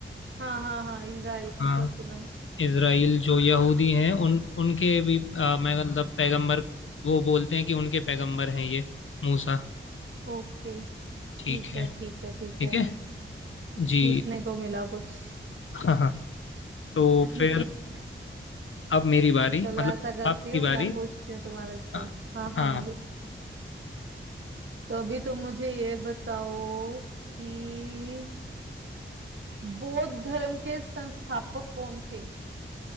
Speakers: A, on the right (about 65°); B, on the left (about 75°).
A: हाँ हाँ हाँ इजराइल
B: हाँ
A: का सुना है
B: इसराइल जो यहूदी हैं उन उनके भी अ, मैं मतलब पैगंबर वो बोलते हैं कि उनके पैगंबर हैं ये मूसा
A: ओके ठीक
B: ठीक है
A: है ठीक है
B: ठीक
A: ठीक है
B: है
A: कुछ
B: जी
A: सीखने को मिला कुछ
B: हाँ हाँ तो
A: <laughs>
B: फिर अब मेरी बारी
A: चलो
B: मतलब
A: ऐसा करती
B: आपकी
A: हूँ
B: बारी
A: मैं पूछती हूँ तुम्हारे से
B: हाँ
A: हाँ
B: हाँ,
A: हाँ जी। तो अभी तुम मुझे ये बताओ कि बौद्ध धर्म के संस्थापक कौन थे